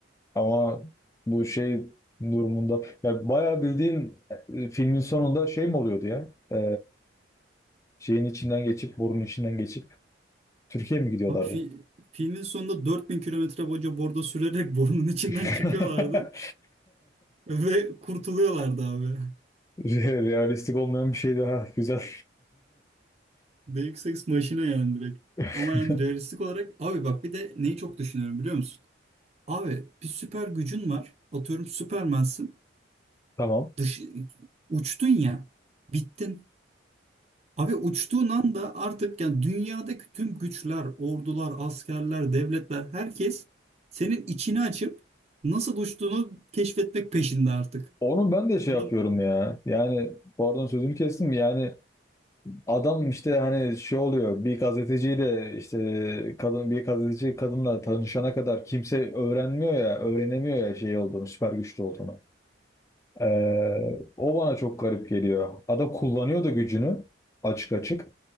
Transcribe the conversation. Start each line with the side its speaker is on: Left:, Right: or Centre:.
Left: Ama bu şey durumunda ya bayağı bildiğin e, filmin sonunda şey mi oluyordu ya? E, şeyin içinden geçip borunun içinden geçip Türkiye'ye mi gidiyorlardı?
Right: Abi fi- filmin sonunda 4000 kilometre boyunca bordo sürerek <laughs> borunun içinden
Left: <laughs>
Right: çıkıyorlardı. <laughs> Ve kurtuluyorlardı abi.
Left: Re- Realistik olmayan bir şey daha güzel.
Right: Deus Ex maşine yani direkt. Ama
Left: <laughs>
Right: yani realistik olarak abi bak bir de neyi çok düşünüyorum biliyor musun? Abi bir süper gücün var. Atıyorum Süpermensin.
Left: Tamam.
Right: dış, uçtun ya bittin. Abi uçtuğun anda artık yani dünyadaki tüm güçler, ordular, askerler, devletler herkes senin içini açıp nasıl uçtuğunu keşfetmek peşinde artık.
Left: Onu ben de şey
Right: Anladın
Left: yapıyorum
Right: mı?
Left: ya. Yani bu arada sözünü kestim. Yani Adam işte hani şey oluyor bir gazeteciyle işte kadın bir gazeteci kadınla tanışana kadar kimse öğrenmiyor ya öğrenemiyor ya şey olduğunu süper güçlü olduğunu. Ee, o bana çok garip geliyor. Adam kullanıyor da gücünü açık açık